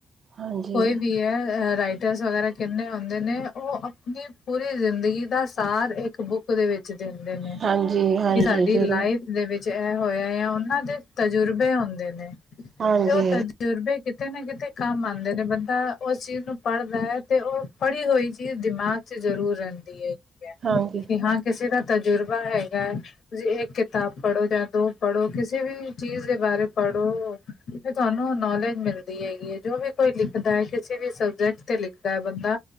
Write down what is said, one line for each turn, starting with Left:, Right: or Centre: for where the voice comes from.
Right: ਹਾਂਜੀ
Left: ਕੋਈ ਵੀਏ ਹੈ ਰਾਈਟ <unintelligible> ਵੇਰਾ ਕਿੰਨੇ ਹੁੰਦੇ ਨੇ ਉ ਆਪਨੀ ਪੂਰੀ ਜ਼ਿੰਦਗੀ ਦਾ ਸਾਰ ਏਕ ਬੁੱਕ ਓਦੇ ਵਿੱਚ ਦਿੰਦੇ ਨੇ
Right: ਹਾਂਜੀ ਹਾਂਜੀ
Left: ਕਿ ਸਾਡੀ
Right: ਜ਼ਰੂਰ
Left: ਲਾਈਫ ਦੇ ਵਿੱਚ ਏ ਹੋਇਆ ਯਾ ਉਹਨਾਂ ਦੇ ਤਜੁਰਬੇ ਹੁੰਦੇ ਨੇ ਤੇ
Right: ਹਾਂਜੀ
Left: ਉ ਤਜੁਰਬੇਤੇ ਕਿ ਕਿਤੇ ਨਾ ਕਿਤੇ ਕੰਮ ਆਂਦੇ ਨੇ ਬੰਦਾ ਉਸ ਚੀਜ਼ ਨੂੰ ਪੜ੍ਹਦਾ ਐ ਤੇ ਉਹ ਪੜ੍ਹੀ ਹੋਈ ਚੀਜ਼ ਦਿਮਾਗ ਚ ਜ਼ਰੂਰ ਰੇਂਦੀ ਐ ਹੈ
Right: ਹਾਂਜੀ
Left: ਕਿ ਹਾਂ ਕਿਸੇ ਦਾ ਤਜਰਬਾ ਹੈਗਾ ਐ ਤੁਸੀਂ ਏਕ ਕਿਤਾਬ ਪੜ੍ਹੋ ਜਾਂ ਦੋ ਪੜ੍ਹੋ ਕਿਸੇ ਵੀ ਚੀਜ਼ ਦੇ ਬਾਰੇ ਪੜ੍ਹੋ ਤੇ ਤੁਆਨੂੰ ਨੌਲੇਜ ਮਿਲਦੀ ਹੈਗੀ ਐ ਜੋ ਵੀ ਕੋਈ ਲਿਖਦਾ ਏ ਕਿਸੇ ਵੀ ਸਬਜੈਕਟ ਤੇ ਲਿਖਦਾ ਐ ਬੰਦਾ